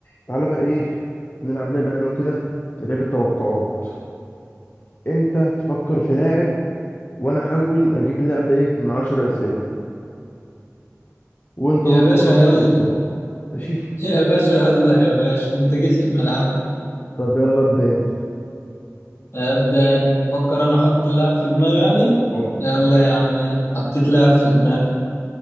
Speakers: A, on the left (about 40°); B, on the left (about 60°).
A: تعالى بقى ايه نلعب لعبة حلوة كده لعبة توقعات انت تفكر في لاعب وانا احاول اجيب اللاعب ده ايه من عشر اسئلة وانت
B: يا
A: برضو
B: باشا
A: وانا
B: يلا
A: نفس الكلام ماشي
B: <laughs> يا باشا يلا يا باشا انت جيت لي في ملعبي
A: طب يلا ابدأ انت
B: ابدا فكر انا احط اللاعب في دماغي يعني
A: عود
B: يلا يا عم انا حطيت لاعب في دماغي